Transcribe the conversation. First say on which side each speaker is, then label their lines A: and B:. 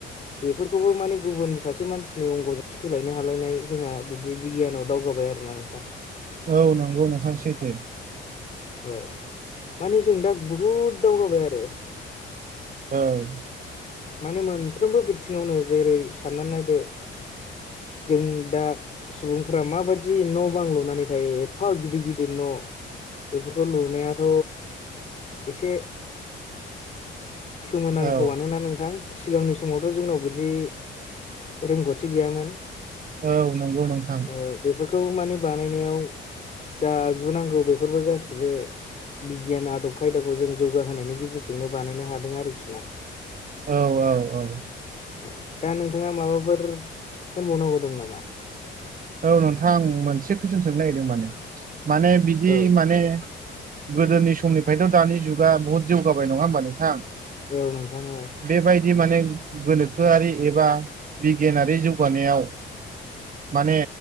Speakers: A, on the left (about 35°); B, on the right (about 45°).
A: बेफोरखौबो माने गुबुन सासे मानसिनि अंग जा सोलायनो हालायनाय जोंहा बिदि बिगियानाव दावगाबाय आरोना नोंथां।
B: औ नंगौ नोंथां सैथो।
A: औ माने जों दा बहुद दावगाबाय आरो
B: औ
A: माने मोनफ्रोमबो बिथिङावनो जेरै साननानै नायदो जों दा सुबुंफोरा माबायदि न' बां लुनानै थायो एफा गिदिर गिदिर न' बेफोरखौ लुनायाथ' एसे सोमोनांथाव
B: औ
A: आनोना नोंथां। सिगांनि समावथ' जोंनाव बिदि रोंगौथि गैयामोन।
B: औ नंगौ नोंथां।
A: ओ बेफोरखौ मानि बानायनायाव जा आगजुुनांगौ बेफोरबो गासिबो बिगियान आदब खायदाखौ जों जौगाहोनायनि गेजेरजोंनो बानायनो हादों आरोखि ना
B: औ औ औ।
A: औ दा नोंथांङा माबाफोर होनबावनांगौ दं नामा?
B: औ नोंथां आं मोनसे कुइसन सोंनो नागिरदों माने माने बिदि
A: औ
B: माने गोदोनि समनिफ्रायथ' दानि जुगा बुहुत जौगाबाय नंङा होमबा नोंथां?
A: औ नोंथां औ।
B: बेबायदि माने गोनोखोआरि एबा बिगियानारि जौगानायाव माने